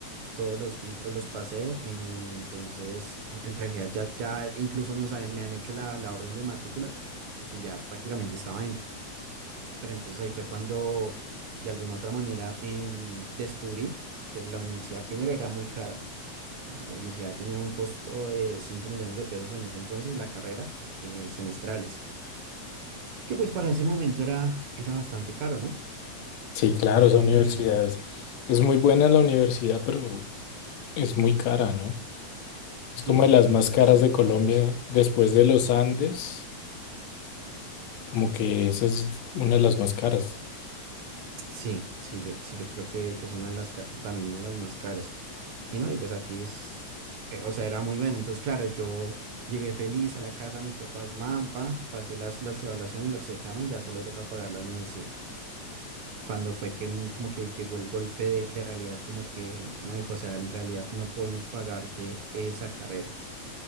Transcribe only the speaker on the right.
todos los filtros los pasé. eh, entonces en en realidad ya, ya incluso no, o sea, me han hecho la, la orden de matrícula porque ya prácticamente estaba dentro. Pero entonces ahí fue cuando de alguna otra manera em, descubrí que la universidad primero era muy cara. La universidad tenía un costo de 5 millones de pesos en ese entonces, la carrera, eh, semestrales, que pues para ese momento era, era bastante caro, ¿no?
Y
sí,
es
una
universidad
costosa.
Sí, sí, yo, sí, yo creo que, que es una de las, ca- también de las más caras. Y no, y pues aquí es, eh, o sea, era muy bueno. Entonces, claro, yo llegué feliz a la casa de mis papás, mampa, pasé las, las evaluaciones, los exámenes, ya solo toca pagar la universidad. Cuando fue que mm, como que llegó el golpe de, de realidad, como que, no, hijo, o sea, en realidad no podemos pagarte esa carrera,